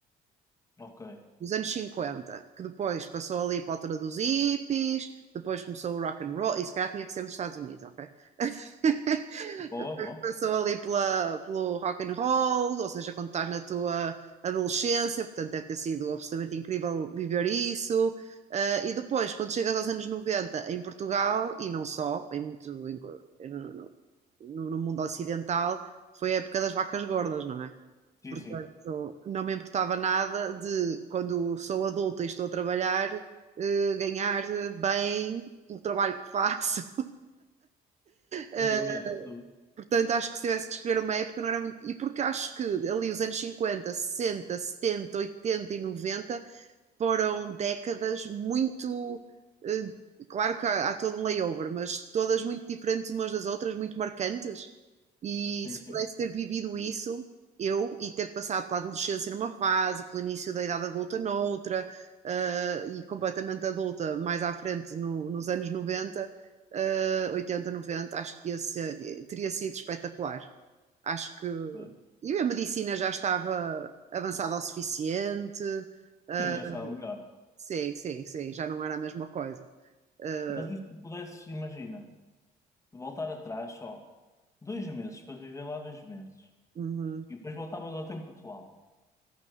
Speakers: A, on the left; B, on the right.
A: Ok.
B: dos anos 50, que depois passou ali para a altura dos hippies, depois começou o rock and roll, e se calhar tinha que ser nos Estados Unidos, ok? <laughs>
A: Boa,
B: Depois
A: boa.
B: passou ali pela, pelo rock and roll, ou seja, quando estás na tua adolescência, portanto deve ter sido absolutamente incrível viver isso. Ah, e depois, quando chegas aos anos 90, em Portugal, e não só, em muito, em- no, no- no mundo ocidental, foi a época das vacas gordas, não é?
A: Sim,
B: Portanto,
A: sim.
B: não me importava nada de, quando sou adulta e estou a trabalhar, eh, ganhar eh, bem pelo trabalho que faço. <laughs> Eh,
A: Sem dúvida, sem dúvida.
B: portanto, acho que se tivesse que escolher uma época, não era muito. E porque acho que ali os anos 50 60 70 80 e 90 foram décadas muito. eh, Claro que há, há todo um layover, mas todas muito diferentes umas das outras, muito marcantes. E
A: Sim,
B: se
A: sim.
B: pudesse ter vivido isso, eu, e ter passado pela adolescência numa fase, pelo início da idade adulta noutra, eh, e completamente adulta mais à frente no- nos anos 90, eh, 80, 90, acho que ia ser- teria sido espetacular. Acho que.
A: Por aí.
B: E a medicina já estava avançada o suficiente. eh,
A: Sim, já estava melhor.
B: Sim, sim, sim, já não era a mesma coisa. Ah,
A: Mas e se tu pudesses, imagina, voltar atrás só dois meses para viver lá dois meses
B: uhum,
A: e depois voltavas ao tempo atual,